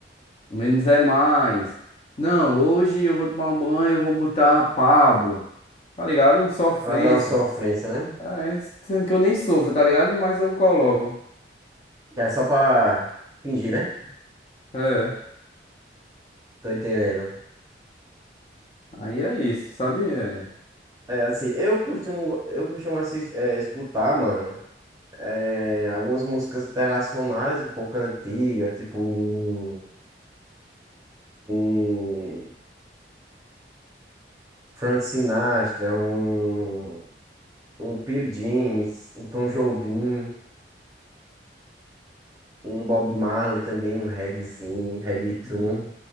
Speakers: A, on the left (about 35°); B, on the right (about 20°).
A: um menos é mais. Não, hoje eu vou tomar um banho, eu vou botar Pablo, tá ligado? Um sofrência.
B: pra dar uma sofrência, né?
A: É, sendo que eu nem sofro, tá ligado? Mas eu coloco.
B: Que É só pra fingir, né?
A: É,
B: Tô entendendo.
A: aí é isso, sabe? É.
B: É, assim, eu costumo, eu costumo assistir é, escutar, mano, é, algumas músicas internacionais um pouco antigas, tipo um, um Frank Sinatra, um, um Pearl Jeans, um Tom Jobim, um Bob
A: Hum,
B: Marley também, um reggaezinho, um reggaeton.
A: hum,